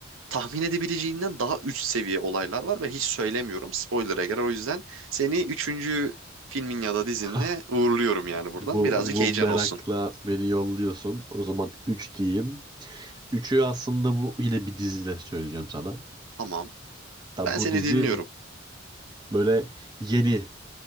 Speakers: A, on the right; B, on the right.
A: tahmin edebileceğinden daha üst seviye olaylar var. Ben hiç söylemiyorum. Spoiler'a girer. O yüzden seni üçüncü filmin ya da
B: <laughs>
A: dizinle
B: Hah.
A: uğurluyorum yani buradan.
B: Bu,
A: Birazcık
B: bu
A: heyecan
B: merakla
A: olsun.
B: beni yolluyorsun. O zaman 3 diyeyim. Üçü aslında bu yine bir diziyle söyleyeceğim sana.
A: Tamam.
B: Da
A: Ben seni
B: bu dizi
A: dinliyorum.
B: böyle yeni